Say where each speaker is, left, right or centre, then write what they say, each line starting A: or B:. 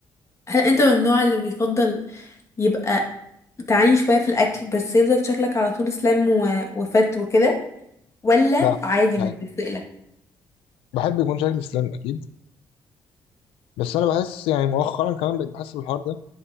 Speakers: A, on the left; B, on the left.
A: هل انت من النوع اللي بيفضل يبقى تعاني شويه في الاكل بس يفضل شكلك على طول سلام و- وفت وكده ولا
B: لا
A: عادي مش
B: يعني
A: بيفرقلك
B: بحب يكون شكلي سليم اكيد بس انا بحس يعني مؤخرا كمان بقيت بحس بالحوار ده